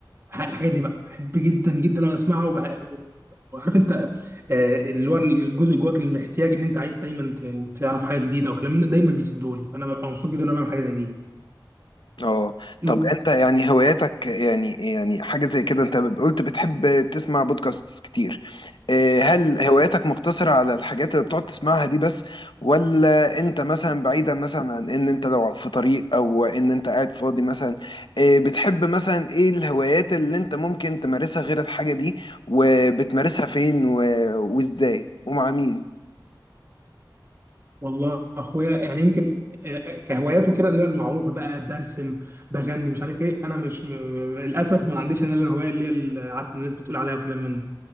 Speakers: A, on the right; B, on the left.
A: ح- الحاجات دي بقى بحب جدا جدا اقعد اسمعها وبح... وعارف انت آه، اللي هو الجزء جواك اللي محتاج ان انت عايز دايما ت- تعرف حاجه جديده وكلام من ده دايما بيسدولي فانا ببقى مبسوط جدا وانا بعمل حاجه زي دي
B: اه
A: م-
B: طب انت يعني هواياتك يعني يعني حاجة زي كده انت قلت بتحب تسمع بودكاست كتير اه، هل هواياتك مقتصرة على الحاجات اللي بتقعد تسمعها دي بس ولا انت مثلا بعيدا مثلا عن ان انت لو في طريق او ان انت قاعد فاضي مثلا اه، بتحب مثلا ايه الهوايات اللي انت ممكن تمارسها غير الحاجة دي وبتمارسها فين و- وازاي ومع مين
A: والله اخويا يعني يمكن آه، كهوايات وكده اللي هي المعروفه بقى برسم بغني مش عارف ايه انا مش م... م- للاسف ما عنديش انا الهوايه اللي هي اللي عارف الناس بتقول عليها وكلام من ده